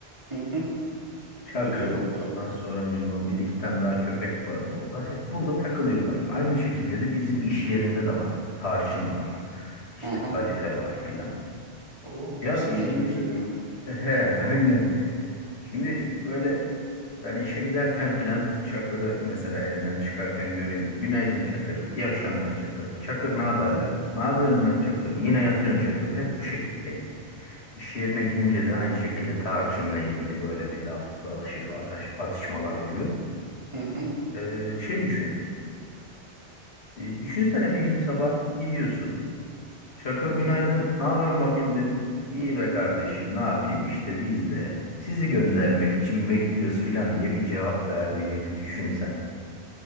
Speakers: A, on the right (about 25°); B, on the left (about 70°).
A: Hı hı.
B: Çakır.
A: Biliyorum, evet.
B: Ondan sonracığıma bir iki tane daha köpek var burada. Hep burada takılıyorlar. Aynı şekilde de bizim iş yerinde de var. Tarçın var. İşte
A: Hı hı.
B: kadife var filan.
A: Bu
B: Ya
A: isimlerin
B: şimdi
A: güzelliğine.
B: he <laughs> aynen. Şimdi böyle ben işe giderken filan Çakır'ı mesela evden çıkarken görüyorum. Günaydın Çakır. İyi akşamlar Çakır. Çakır ne haber lan? Ne yapıyorsun lan Çakır? Yine yatıyorsun Çakır. Hep bu şekildeyim. İş yerine gidince de aynı şekilde tarçınla ilgili böyle bir laf dalaşı ataş, atışmalar oluyor.
A: Hı hı.
B: Ee, şey düşündüm. Ee, düşünsene bir gün sabah gidiyorsun. Çakır
A: Hı
B: günaydın.
A: hı.
B: Ne yapıyorsun bakayım dedin. İyi be kardeşim ne yapayım işte biz de sizi göndermek için bekliyoruz filan diye bir cevap verdiğini bir düşünsen.